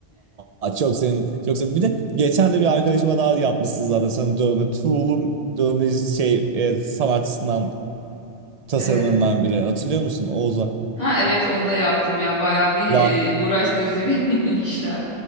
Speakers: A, on the right (about 40°); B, on the left (about 15°).
A: Aa, çok sevindim. Çok sevindim. Bir de geçen de bir arkadaşıma daha yapmışsınız zaten sanırım dövme. Tool'un dövme şey e, sanatçısından tasarımlarından
B: Ee,
A: biri. Hatırlıyor musun Oğuz'a?
B: ha evet onu da yaptım ya. Bayağı bir
A: Ya
B: e, uğraştırıcı bir <laughs> işlem.